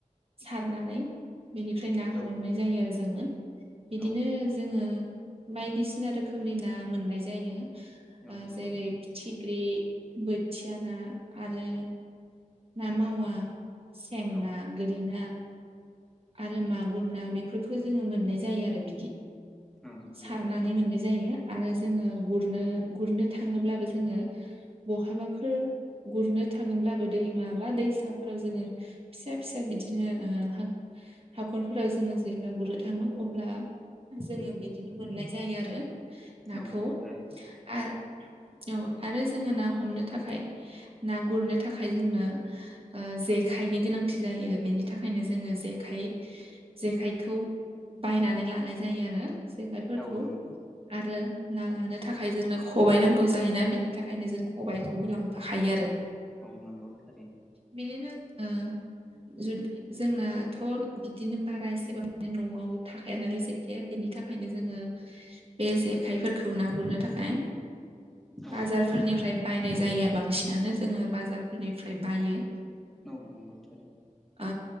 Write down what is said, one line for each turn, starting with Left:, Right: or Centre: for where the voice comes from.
Right: सारनानै बेनिफ्राय ना
Centre: औ
Right: हमनाय जायो आरो जोङो बिदिनो
Centre: औ
Right: जोङो बायदिसिना ना रोखोमनि ना मोननाय जायो
Centre: औ नंगौ
Right: जेरै फिथिग्रि बोथिया ना आरो ना मावा सें
Centre: औ
Right: ना गोरि ना आरो मागुर ना बेफोरखौ जोङो मोननाय जायो आरो बिदि
Centre: औ नंगौ
Right: सारनानै
Centre: थारैनो
Right: मोननाय जायो। आरो जोङो गुरनो गुरनो थाङोब्लाबो जोङो बहाबाफोर गुरनो थाङोब्लाबो दैमा बा दैसाफोराव जोङो फिसा फिसा बिदिनो ओ हाख'रफोराव जोङो जेब्ला गुरनो थांङो अब्ला जोङो बिदिनो मोननाय जायो आरो नाखौ
Centre: औ नंगौ थारैनो
Right: आरो औ आरो जोङो ना हमनो थाखाय ना गुरनो थाखाय जोंनो ओ जेखायनि गोनांथि जायो बेनि थाखायनो जोङो जेखाइ जेखाइखौ बायनानै लानाय जायो आरो जेखायफोरखौ
Centre: औ नंगौ
Right: आरो ना लानो थाखाय जोंनो खबायाइ नांगौ जायोना बेनि थाखायनो जों सबायखौबो
Centre: औ
Right: लांफाखायो आरो
Centre: औ नंगौ थारैनो
Right: बिदिनो ओ जुदि जोंना थ' बिदिनो बारा एसेबां माने न'आव थाखाय नालाय जायखाया बेनि थाखायनो जोङो। बे जेखाइफोरखौ ना गुरनो थाखाय
Centre: औ
Right: बाजारफोरनिफ्राय बायनाय जायो बांसिनानो जोङो बाजारफोरनिफ्राय बायो‌।
Centre: औ नंगौ थार
Right: ओ